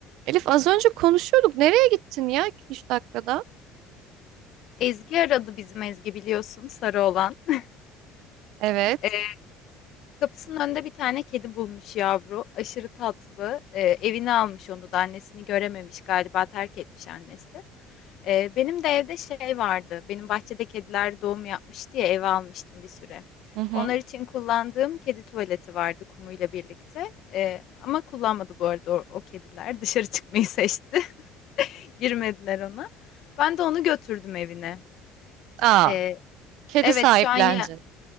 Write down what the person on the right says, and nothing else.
Elif az önce konuşuyorduk. Nereye gittin ya 2 üç dakikada?
Evet.
Hı hı.
Aa,
kedi
sahiplenecek.